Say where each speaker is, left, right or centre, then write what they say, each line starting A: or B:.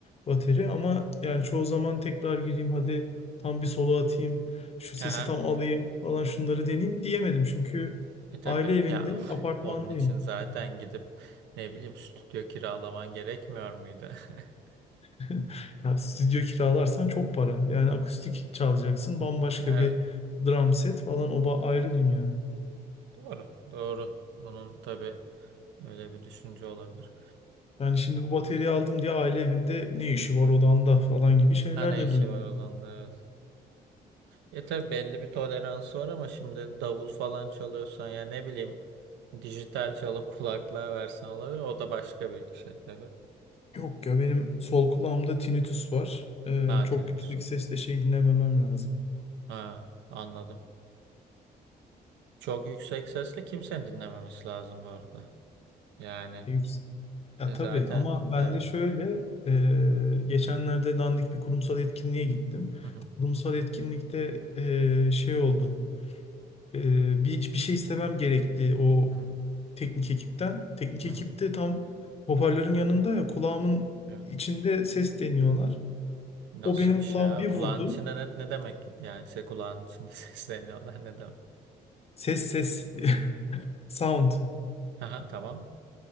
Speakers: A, on the left; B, on the right.
A: bateri. Ama yani çoğu zaman tekrar gireyim hadi tam bir solo atayım, şu sesi
B: Aha.
A: tam alayım falan şunları deneyeyim diyemedim. Çünkü
B: E tabii
A: aile evinde,
B: ya <laughs>
A: apartmandayım.
B: onun için zaten gidip ne bileyim stüdyo kiralaman gerekmiyor muydu? <laughs>
A: <laughs> Ya stüdyo kiralarsan çok para. Yani akustik çalacaksın. Bambaşka
B: Evet
A: bir drum set falan o ba- ayrı dünya.
B: doğru doğru. Onun tabii öyle bir düşünce olabilir.
A: Yani şimdi bu bataryayı aldım diye aile evinde ne işi var odanda falan gibi şeyler
B: Ha ne
A: de
B: işi
A: duydum.
B: var adamda evet. E tabii belli bir toleransı var ama şimdi davul falan çalıyorsan ya ne bileyim dijital çalıp <laughs> kulaklığa versen olabilir. O da başka bir şey tabii.
A: Yok ya benim sol kulağımda tinnitus var. Ee,
B: Ha
A: çok
B: tinnitus
A: yüksek
B: var.
A: sesle şey dinlememem lazım.
B: Ha anladım. Çok yüksek sesle kimsenin dinlememesi lazım bu arada. Yani
A: E, yüks- Ya
B: e,
A: tabii
B: zaten
A: ama ben
B: evet.
A: de şöyle e, geçenlerde dandik bir kurumsal etkinliğe gittim.
B: Hı hı.
A: Kurumsal etkinlikte e, şey oldu. Ee, bir, bir şey istemem gerekti o
B: Hı hı,
A: teknik ekipten. Teknik
B: hı
A: ekip
B: hı.
A: de tam hoparlörün yanında ya kulağımın
B: Evet.
A: içinde ses deniyorlar.
B: Nasıl
A: O benim
B: bir şey
A: kulağım
B: abi?
A: bir
B: Kulağın
A: vurdu.
B: içinde ne, ne demek? Yani şey kulağın içinde <laughs> sesleniyorlar ne demek?
A: Ses ses <laughs> sound.
B: Aha tamam.